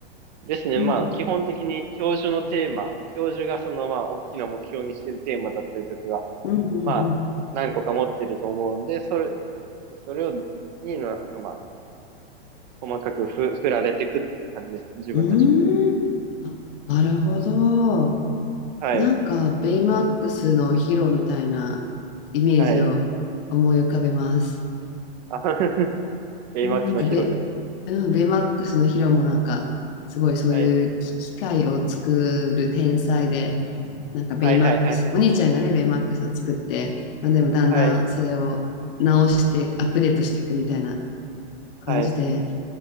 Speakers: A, on the right; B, on the left.
A: ですね。
B: うん、
A: まあ、基本的に教授のテーマ、教授がそのまあ、大きな目標にしているテーマだったりとかが、
B: うん、うん、
A: まあ、何個か持ってると思うんで、それ、それを、になんかまあ、細かくふ、振られていくっていう感じですね。自分たちを。
B: うーん。あ、なるほど。
A: はい。
B: なんか、ベイマックスのヒロみたいなイメージを思い浮かべます。
A: はい。あ <laughs> AMAX
B: うん、なんかベ、
A: のヒロですか。
B: うん、ベイマックスのヒロもなんか、すごいそういう機械を作る天才で、
A: はい。
B: なんかベイマックス、
A: はいはいはいはい。
B: お兄ちゃんがね、ベイマックスを作って、まあ、でもだんだんそれを直して、
A: はい。
B: アップデートしていくみたいな感じで、
A: はい。